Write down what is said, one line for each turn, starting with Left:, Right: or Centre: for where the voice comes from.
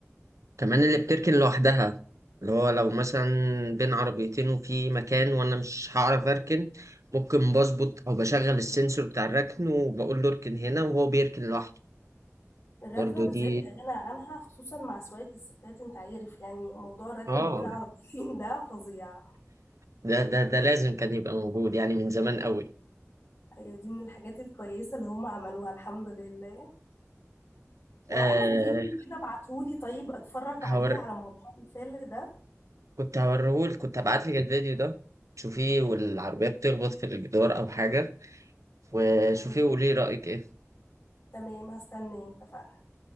Right: كمان اللي بتركن لوحدها اللي هو لو مثلا بين عربيتين وفي مكان وانا مش هعرف اركن ممكن بظبط او بشغل السنسور بتاع الركن وبقول له اركن هنا وهو بيركن لوحده
Left: الركنه
Right: برضه
Left: بالذات
Right: دي
Left: لا غنى عنها خصوصا مع سواقه الستات انت عارف يعني موضوع الركنه
Right: اه
Left: ما بين عربيتين ده فظيع
Right: ده ده ده لازم كان يبقى موجود يعني من زمان قوي
Left: ايوه دي من الحاجات الكويسه اللي هم عملوها الحمد لله لو
Right: آه
Left: عندك فيديو كده ابعتهولي طيب اتفرج عليه
Right: هور...
Left: على موضوع الفيل ده
Right: كنت هوريهولك كنت هبعت لك الفيديو ده شوفيه والعربية بتخبط في الجدار او حاجة وشوفيه
Left: يا ريت
Right: وقولي رأيك ايه
Left: تمام هستناه اتفقنا